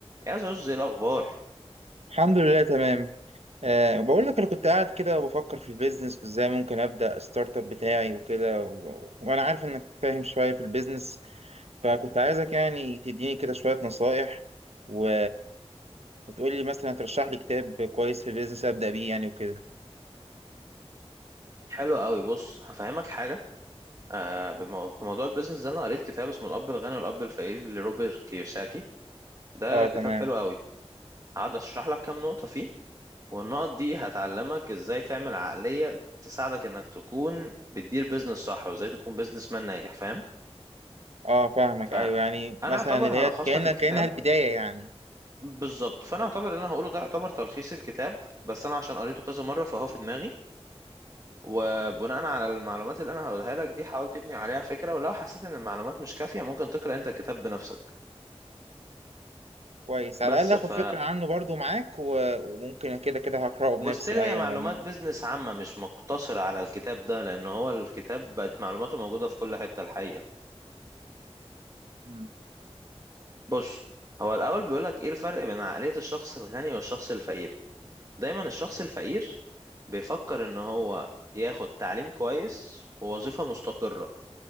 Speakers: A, on the right; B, on the right.
A: يا زوز ايه الاخبار
B: الحمد لله تمام أه بقول لك انا كنت قاعد كده وبفكر في البيزنس وازاي ممكن ابدا ستارت اب بتاعي وكده و... وانا عارف انك فاهم شويه في البيزنس فكنت عايزك يعني تديني كده شويه نصايح و... وتقول لي مثلا ترشح لي كتاب كويس في البيزنس ابدا بيه يعني وكده
A: حلو قوي بص هفهمك حاجه آه بمو... في موضوع البيزنس ده انا قريت كتاب اسمه الاب الغني والاب الفقير لروبرت كيوساكي ده
B: اه
A: كتاب
B: تمام
A: حلو قوي هقعد اشرح لك كام نقطه فيه والنقط دي هتعلمك ازاي تعمل عقليه تساعدك انك تكون بتدير بيزنس صح وازاي تكون بيزنس مان ناجح فاهم
B: اه فاهمك
A: فانا
B: ايوه يعني مثلا
A: اعتبر
B: اللي
A: هلخص
B: هي كانها
A: لك الكتاب
B: كانها البدايه يعني
A: بالظبط فانا اعتبر اللي انا هقوله ده يعتبر تلخيص الكتاب بس انا عشان قريته كذا مره فهو في دماغي وبناء على المعلومات اللي انا هقولها لك دي حاول تبني عليها فكرة ولو حسيت ان المعلومات مش كافية ممكن تقرأ انت الكتاب بنفسك
B: كويس على
A: بس
B: الاقل اخد
A: ف
B: فكره عنه برضو معاك و... وممكن كده كده هقراه بنفسي
A: وستيل هي
B: ايوه
A: معلومات
B: لان
A: بيزنس عامة مش مقتصرة على الكتاب ده لان هو الكتاب بقت معلوماته موجودة في كل حتة الحقيقة
B: مم.
A: بص هو الاول بيقولك ايه الفرق بين عقلية الشخص الغني والشخص الفقير دايما الشخص الفقير بيفكر ان هو ياخد تعليم كويس ووظيفة مستقرة